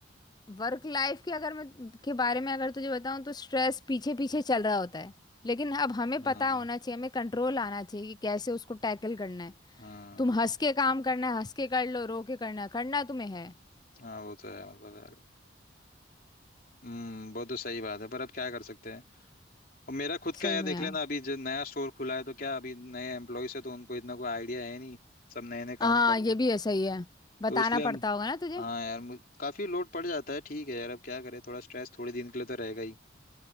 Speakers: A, on the left; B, on the left.
A: वर्क लाइफ के अगर मैं के बारे में अगर तुझे बताऊं तो स्ट्रेस पीछे पीछे चल रहा होता है लेकिन अब हमें
B: हम्म
A: पता होना चाहिए हमें कंट्रोल आना चाहिए कि कैसे उसको टैकल करना है
B: हम्म
A: तुम हंस के काम करना है हंस के कर लो रो के करना है करना तुम्हें है
B: हाँ वो तो है मतलब यार हम्म वो तो सही बात है पर अब क्या कर सकते हैं और मेरा खुद का
A: सही
B: यार
A: में
B: देख
A: यार
B: लेना अभी जो नया स्टोर खुला है तो क्या अभी नए एम्प्लॉयज है तो उनको इतना कोई आइडिया है नहीं सब नए नए
A: हाँ
B: काम कर
A: ये
B: रहे हैं
A: भी है सही है बताना
B: तो इसलिए
A: पड़ता
B: हम
A: होगा ना तुझे
B: हाँ यार मुझ- काफी लोड पड़ जाता है ठीक है यार अब क्या करें थोड़ा स्ट्रेस थोड़े दिन के लिए तो रहेगा ही